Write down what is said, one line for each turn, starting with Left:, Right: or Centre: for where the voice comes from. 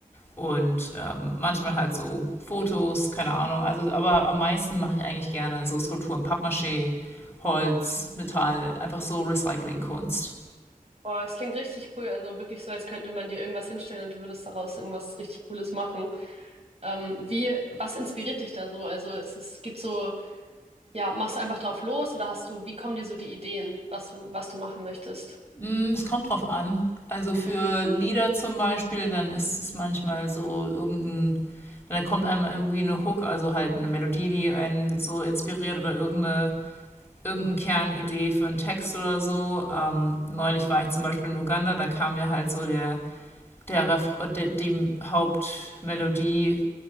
Left: und ähm, manchmal halt so Fotos, keine Ahnung. Also, aber am meisten mache ich eigentlich gerne so Skulpturen, Pappmaché, Holz, Metall, einfach so Recyclingkunst.
Right: Boah, es klingt richtig cool. Also wirklich so, als könnte man dir irgendwas hinstellen und du würdest daraus irgendwas richtig Cooles machen. Ähm, wie, was inspiriert dich da so? Also ist es, gibt so, ja, machst du einfach drauf los oder hast du, wie kommen dir so die Ideen, was du, was du machen möchtest?
Left: Mm, es kommt drauf an. Also für Lieder zum Beispiel, dann ist es manchmal so irgendein, dann kommt einem irgendwie eine Hook, also halt eine Melodie, die einen so inspiriert oder irgendeine irgendeine Kernidee für einen Text oder so. Ähm, neulich war ich zum Beispiel in Uganda, da kam mir halt so der der Ref de dem Hauptmelodie